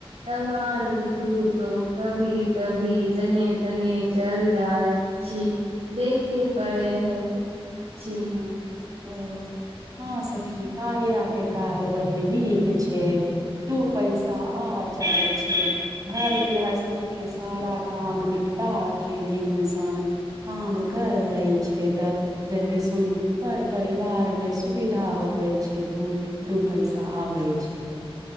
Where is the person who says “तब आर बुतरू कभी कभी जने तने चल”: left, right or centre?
Right